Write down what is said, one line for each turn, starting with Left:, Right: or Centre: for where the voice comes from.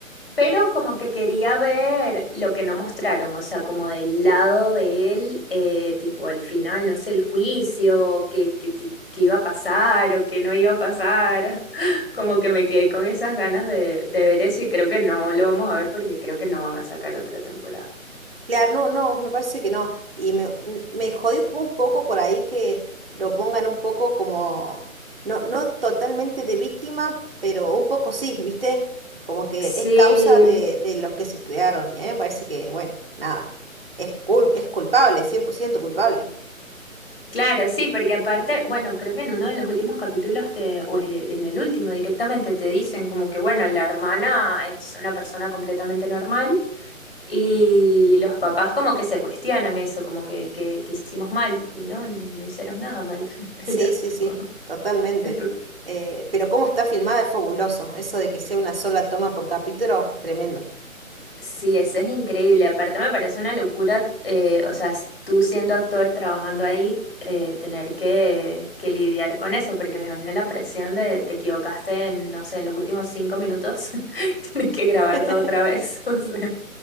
Left: Pero como que quería ver lo que no mostraron, o sea, como del lado de él, eh, tipo al final, no sé, el juicio, qué, qué, ti- qué iba a pasar o qué no iba a pasar. <laughs> Como que me quedé con esas ganas de, de ver eso y creo que no lo vamos a ver porque creo que no van a sacar otra temporada.
Right: Claro, no, no, me parece que no. Y me, n- me jodió como un poco por ahí que lo pongan un poco como, no, no totalmente de víctima, pero un poco sí, ¿viste? Como que
Left: Sí,
Right: es causa de, de los que se crearon. Y a mí me parece que, bueno, nada, es cul- es culpable, 100% culpable.
Left: claro, sí, porque aparte, bueno, creo que en uno de los últimos capítulos te, o e- en el último directamente te dicen como que, bueno, la hermana es una persona completamente normal Y los papás como que se cuestionan eso, como que, que, que hicimos mal y no, no, no hicieron nada mal. <laughs>
Right: Sí,
Left: El-
Right: sí,
Left: tipo,
Right: sí, totalmente.
Left: el pro-
Right: Eh, pero cómo está filmada es fabuloso. Eso de que sea una sola toma por capítulo es tremendo.
Left: Sí, eso es increíble. Aparte me parece una locura, eh, o sea, s- tú siendo actor trabajando ahí, eh, tener que, que lidiar con eso, porque me imagino la presión de te equivocaste en, no sé, en los últimos cinco minutos, <laughs> tienes que grabar
Right: <laughs>
Left: todo otra vez. <laughs> O sea,